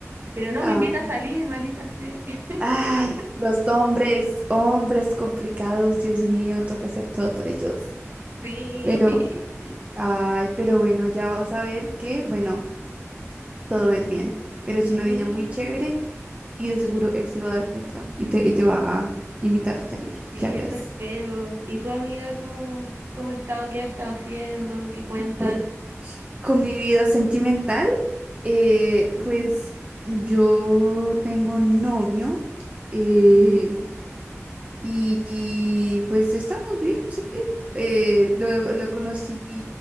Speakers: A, on the right; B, on the right.
A: Pero no
B: Ah,
A: me invita a salir, maldita sea. <laughs>
B: Ay, los hombres, hombres complicados, Dios mío, toca hacer todo por ellos.
A: Sí,
B: Pero, ay, pero bueno, ya vas a ver que, bueno, todo va a ir bien. Eres
A: sí,
B: una niña muy chévere y de seguro él se va a dar cuenta y te, y te va a invitar a salir,
A: sí,
B: ya verás.
A: eso espero. ¿Y tu amiga cómo, cómo ha estado? ¿Qué ha estado haciendo? ¿Qué cuentas?
B: Bueno, con mi vida sentimental. Eh,
A: Ujú,
B: pues yo tengo novio eh,
A: ujú,
B: y, y, pues estamos bien, sí. Eh, lo, lo conocí